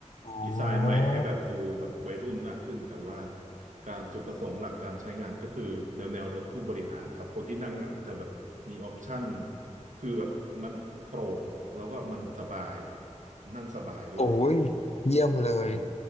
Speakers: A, on the left; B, on the right.
A: อ๋อ
B: ดีไซน์ใหม่ให้แบบดูแบบวัยรุ่นมากขึ้นแต่ว่าการจุดประสงค์หลักการใช้งานก็คือแนวแนวรถผู้บริหารครับคนที่นั่งหลังจะแบบมีออปชั n นคือแบบมันโปร่งแล้วก็มันสบายนั่งสบายด้วยอะไรเงี้ย
A: โอ้ยเยี่ยมเลย
B: อืม